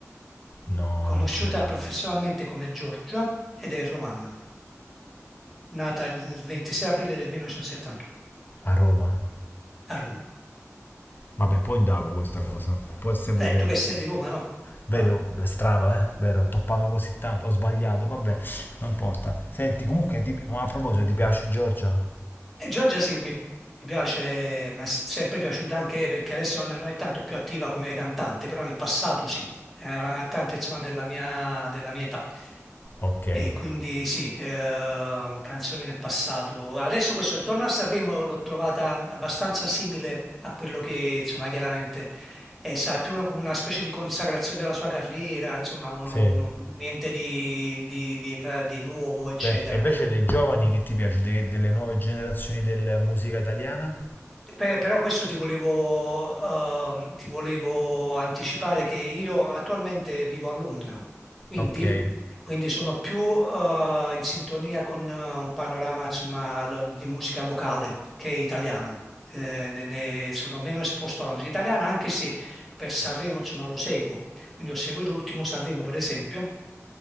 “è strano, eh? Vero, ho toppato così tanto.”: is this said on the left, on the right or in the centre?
Left